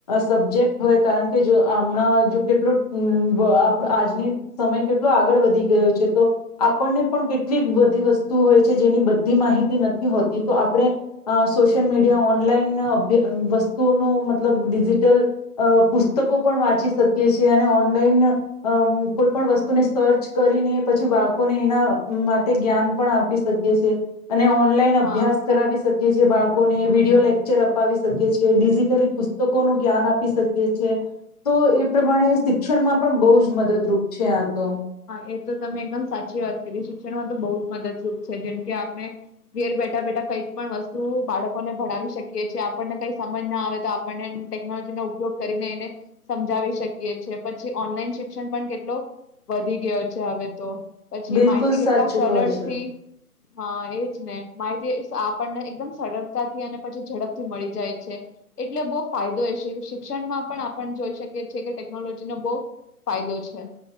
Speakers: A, on the left; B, on the left.
A: સબ્જેક્ટ હોય કારણ કે જો અમણાં જો કેટલો અમ્મ વ આપ આજની સમય કેટલો આગળ વધી ગયો છે તો આપણને પણ કેટલીક બધી વસ્તુ હોય છે જેની બધ્ધી માહિતી નથી હોતી. તો આપણે અ સોશિયલ મીડિયા ઓનલાઇન અભ વસ્તુઓનો મતલબ ડિજીિટલ અ પુસ્તકો પણ વાંચી સકીએ છીએ અને ઓનલાઈન અ કોઈ પણ વસ્તુને સર્ચ કરીને પછી બા ળકોને, એના માટે જ્ઞાન પણ આપી શકીએ છે. અને ઓનલાઈન અભ્યાસ
B: હા
A: કરાવી સકીએ છીએ બા ળકોને વિડીયો લેક્ચર અપાવી સકીએ છે. ડિજિટલી પુસ્તકોનું જ્ઞાન આપી શકીએ છે. તો એ પ્રમાણે શિક્ષણમાં પણ બઉજ મદદરૂપ છે આ તો.
B: હા એ તો તમે એકદમ સાચી વાત કરી. શિક્ષણમાં તો બઉજ મદદરૂપ છે, જેમ કે આપણે ઘેર બેઠા બેઠા કંઈક પણ વસ્તુ બાળકોને ભણાવી શકીએ છીએ, આપણને કંઈ સમજ ના આવે તો આપણને ટેકનોલોજીનો ઉપયોગ કરીને એને સમજાવી શકીએ છીએ. પછી ઓનલાઈન શિક્ષણ પણ કેટલો વધી ગ્યો છે હવે તો. પછી
A: બિલકુલ
B: માહિતી કેટલા
A: સાચું
B: સરળથી
A: કહો છો.
B: હા, એજ ને. માહિતી સ આપણને એકદમ સરળતાથી અને પછી ઝડપથી મળી જાય છે. એટલે બો ફાયદો એ છે. શિક્ષણમાં પણ આપણ જોઈ શકીએ છે એ કે ટેકનોલોજીનો બો ફાયદો છે.